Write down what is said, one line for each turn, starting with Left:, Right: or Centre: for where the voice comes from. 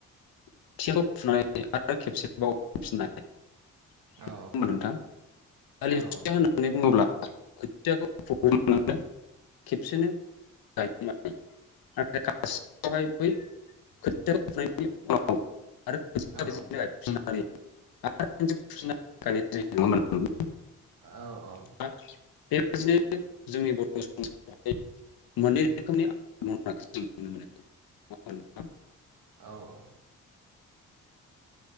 Left: खोथियाखौ फुनानै आरो आरो
Right: औ
Left: खेबसेबाव
Right: औ
Left: गायफिननाय <unintelligible> आरो नेवसिनो होननानै बुङोब्ला <unintelligible> <unintelligible> <unintelligible>
Right: औ
Left: <unintelligible> <unintelligible> <unintelligible>
Right: औ औ।
Left: नोंथां <unintelligible> होमबा नोंथां
Right: औ औ।